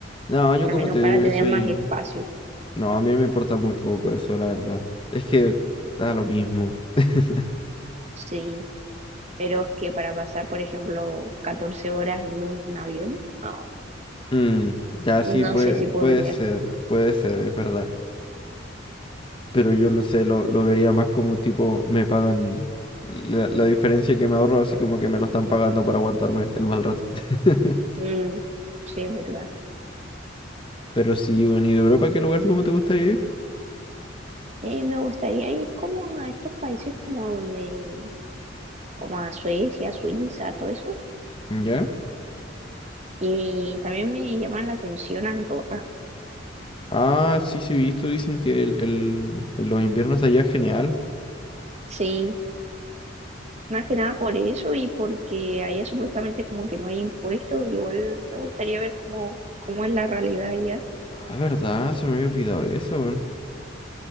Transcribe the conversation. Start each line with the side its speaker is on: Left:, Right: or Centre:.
Left: No, yo
Right: al
Left: como
Right: menos
Left: te
Right: para
Left: digo, yo
Right: tener
Left: soy...
Right: más espacio,
Left: No, a mí me importa muy poco eso, la verdad. Es que da lo mismo. <laughs>
Right: sí. Pero es que para pasar, por ejemplo, 14 horas en un avión, no,
Left: Mm, ya sí,
Right: no
Left: puede,
Right: sé si
Left: puede
Right: podría.
Left: ser, puede ser, es verdad. Pero yo lo sé, lo, lo vería más como tipo, me pagan la, la diferencia que me ahorro, así como que me lo están pagando para aguantarme el mal rato. <laughs>
Right: Mm, sí, es verdad.
Left: Pero sí, bueno, ¿y de Europa qué lugar como te gustaría ir?
Right: Eh, me gustaría ir como a estos países como donde, como a Suecia, Suiza, todo eso.
Left: ¿Ya?
Right: Y también me llama la atención Andorra.
Left: Ah, sí, sí, he visto, dicen que el, el- en los inviernos de allá es genial.
Right: Sí, Más que nada por eso y porque allá supuestamente como que no hay impuestos, igual me gustaría ver cómo, cómo es la realidad allá.
Left: Ah, verdad, se me había olvidado eso. weón.